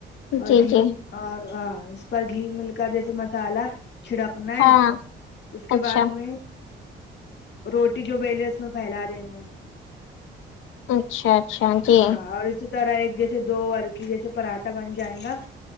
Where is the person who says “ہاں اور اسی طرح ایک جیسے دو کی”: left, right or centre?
Left